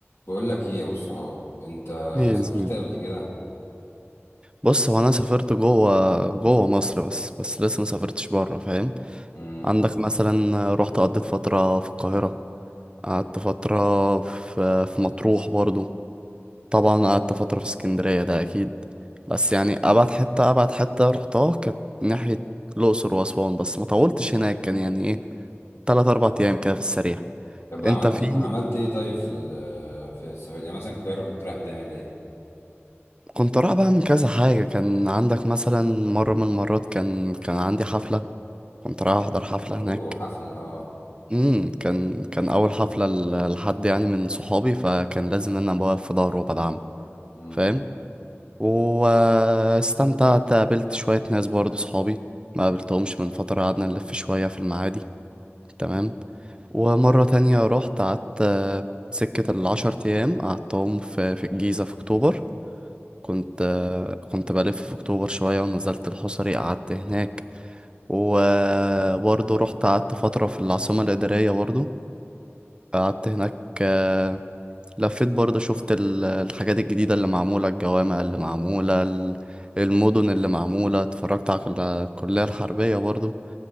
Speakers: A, on the left; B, on the right.
A: بقول لك ايه يا ابو الصحاب انت
B: ايه
A: سافرت
B: يا زميلي
A: قبل كده
B: بص هو انا سافرت جوه جوه مصر بس بس لسه ما سافرتش بره فاهم
A: امم
B: عندك مثلا رحت قضيت فتره في القاهره قعدت فتره في في مطروح برضو طبعا قعدت فتره في اسكندريه ده اكيد بس يعني ابعد حته ابعد حته رحتها كانت ناحيه الاقصر واسوان بس ما طولتش هناك كان يعني ايه 3 4 ايام كده في السريع
A: طب عملت
B: انت في
A: عملت ايه طيب في ال- في السفر يعني مثلا القاهره كنت رايح بتعمل ايه
B: كنت رايح بقى من كذا حاجه كان عندك مثلا مره من المرات كان كان عندي حفله كنت رايح احضر حفله هناك
A: اوه حفل اه
B: امم كان كان اول حفله ل- لحد يعني من صحابي فكان لازم ان انا بوقف في ظهره وبدعمه
A: امم
B: فاهم واستمتعت قابلت شويه ناس برضه صحابي ما قابلتهمش من فتره قعدنا نلف شويه في المعادي تمام ومره تانية رحت قعدت آه، سكه العشر ايام قعدتهم في في الجيزه في اكتوبر كنت آه، كنت بلف في اكتوبر شويه ونزلت الحصري قعدت هناك وبرضه رحت قعدت فترة في العاصمة الإدارية برضه قعدت هناك آه، لفيت برضه شفت ال- الحاجات الجديدة اللي معمولة الجوامع اللي معمولة ال- المدن اللي معمولة اتفرجت على كل- الكلية الحربية برضه